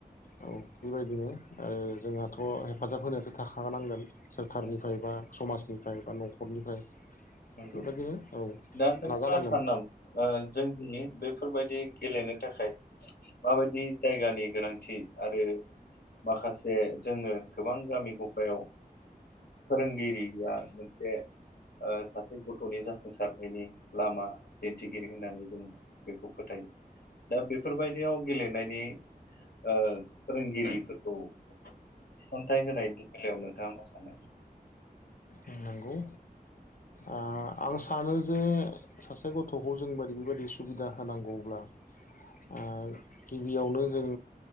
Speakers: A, on the left; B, on the left.
A: औ बेबायदिनो आरो जोंहाथ' हेफाजाब होनायाथ' थाखानांगोन। सोरखारनिफ्राय
B: नंगौ
A: बा समाजनि फ्राय बा न'खरनिफ्राय
B: नंगौ
A: बेबायदिनो औ
B: दा नोंथाङा
A: नाजानांगोन।
B: सानो नामा ओ जोंनि बेफोरबायदि गेलेनो थाखाय माबायदि जायगानि गोनां थि आरो माखासे जोङो गोबां गामि गफायाव फोरोंगिरिया मोनसे ओ <unintelligible> गथ'नि जाफुंसारनायनि लामा दिन्थिगिरि होननानै जों बेखौ फोथायो दा बेफोरबायदियाव गेलेनायनि ओ फोरोंगिरि फोरखौ थिसनथाय होनायनि बेलायाव नोंथाङा मा सानो?
A: ओं नंगौ आ आं सानो जे सासे गथ'खौ जों बादि बेबायदि सुबिदा होनांगौब्ला आ गिबियावनो जों